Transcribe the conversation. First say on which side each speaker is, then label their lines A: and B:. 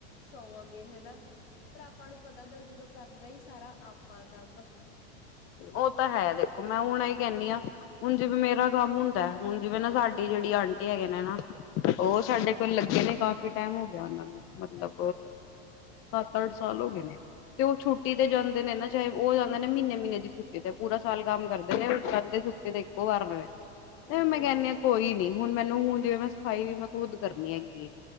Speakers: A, on the left; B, on the left.
A: ਸੋਵਾਂਗੇ ਹਨਾ, ਪਰ ਆਪਾਂ ਨੂੰ ਹੁੰਦਾ ਵੀ ਜਦੋਂ ਕਰਨਾ ਦਾ ਹੀ ਸਾਰਾ ਕੰਮ ਆ।
B: ਉਹ ਤਾਂ ਹੈ ਦੇਖੋ ਮੈਂ ਹੁਣ ਅਹੀ ਕਹਿੰਣੀ ਆ। ਹੁਣ ਜਿਵੇ ਮੇਰਾ ਕੰਮ ਹੁੰਦਾ। ਹੁਣ ਜਿਵੇਂ ਨਾ ਸਾਡੀ ਜਿਹੜੀ ਆਂਟੀ ਹੈਗੇ ਨੇ ਨਾ
A: ਹਾਂਜੀ
B: ਉਹ ਸਾਡੇ
A: ਹਾਂਜੀ
B: ਕੋਲ ਲੱਗੇ ਨੇ ਕਾਫੀ ਟਾਈਮ ਹੋ ਗਿਆ ਉਹਨਾਂ ਨੂੰ ਮਤਲਬ
A: ਹਾਂਜੀ,
B: ਸੱਤ, ਅੱਠ ਸਾਲ ਹੋ ਗਏ ਨੇ, ਤੇ ਉਹ ਛੁੱਟੀ ਤੇ ਜਾਂਦੇ ਨੇ ਨਾ ਚਾਹੇ ਉਹ ਜਾਂਦੇ ਨੇ ਮਹੀਨੇ- ਮਹੀਨੇ ਦੀ ਛੁੱਟੀ ਤੇ ਪੂਰਾ ਸਾਲ ਕੰਮ ਕਰਦੇ ਨੇ ਉੱਠਣ ਤੇ ਛੁੱਟੀ ਤੇ ਇੱਕੋ ਵਾਰ
A: ਹਾਂਜੀ,
B: ਤੇ ਮੈਂ ਕਹਿੰਦੀ ਹਾ ਕੋਈ ਨੀ ਹੁਣ ਮੈਨੂੰ ਹੁਣ ਜਿਵੇਂ ਮੈਂ ਸਫ਼ਾਈ ਵੀ ਮੈਂ ਖੁੱਦ ਕਰਨੀ ਹੈਗੀ ਹੈ